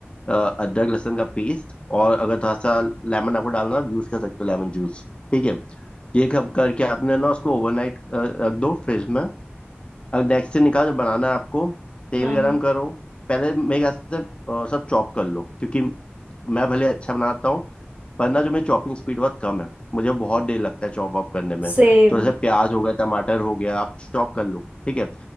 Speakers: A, on the left; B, on the right.
A: अ, अदरक लहसुन का पेस्ट और अगर थोड़ा सा लेमन आपको डालना है, आप यूज कर सकते हो लेमन जूस ठीक है ये कब करके आपने ना उसको ओवरनाइट रख दो फ्रिज में अब नेक्स्ट से निकाल जब बनाना है आपको तेल
B: हाँ
A: गरम
B: हाँ
A: करो पहले मेरे ख्याल से अ, सब चॉप कर लो क्योंकि मैं भले अच्छा बनाता हूँ पर ना जो मेरी चॉपिंग स्पीड बहुत कम है मुझे बहुत देर लगता है चॉप वॉप करने में
B: सेम
A: तो जैसे प्याज हो गया टमाटर हो गया आप चॉप कर लो ठीक है